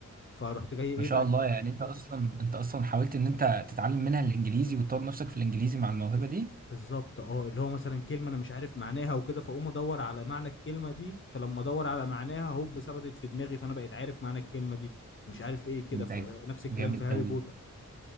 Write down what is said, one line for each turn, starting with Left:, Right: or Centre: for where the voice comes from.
Left: فرحت جاي ايه
Right: ما شاء
Left: بقى
Right: الله يعني انت اصلا انت اصلا حاولت ان انت تتعلم منها الانجليزي وتطور نفسك في الانجليزي مع الموهبة دي
Left: بالظبط اه اللي هو مثلا كلمه انا مش عارف معناها وكده فاقوم ادور على معنى الكلمه دي فلما ادور على معناها هوب ثبتت في دماغي فانا بقيت عارف معنى الكلمه دي مش عارف ايه كده ف-
Right: ده
Left: نفس الكلام
Right: جامد
Left: في هاري
Right: قوي
Left: بوتر